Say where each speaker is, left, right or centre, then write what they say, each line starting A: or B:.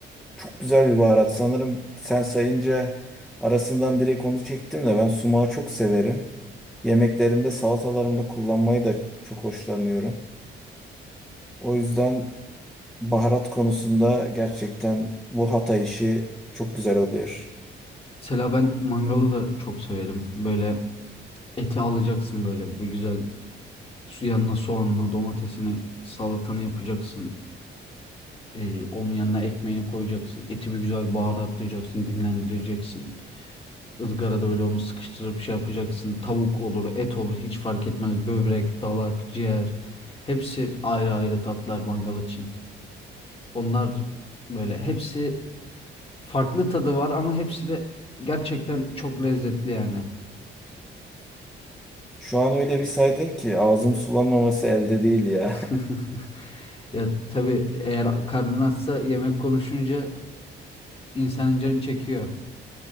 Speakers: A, in the centre; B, on the left.
A: çok güzel bir baharat. Sanırım sen sayınca arasından direkt onu çektim de ben sumağı çok severim. Yemeklerimde salatalarımda kullanmayı da çok hoşlanıyorum. O yüzden Baharat konusunda gerçekten bu Hatay işi çok güzel oluyor.
B: Mesela ben mangalı da çok severim. Böyle eti alacaksın böyle bir güzel su yanına soğanını, domatesini, salatanı yapacaksın. Ee, onun yanına ekmeğini koyacaksın. Eti bir güzel baharatlayacaksın, dinlendireceksin. ızgarada böyle onu sıkıştırıp şey yapacaksın. Tavuk olur, et olur hiç fark etmez. Böbrek, dalak, ciğer. Hepsi ayrı ayrı tatlar mangal için. Onlar böyle hepsi farklı tadı var ama hepsi de gerçekten çok lezzetli yani.
A: Şu an öyle bir saydın ki ağzım sulanmaması elde değil ya.
B: <laughs> Ya tabii eğer karnın açsa yemek konuşunca insanın canı çekiyor.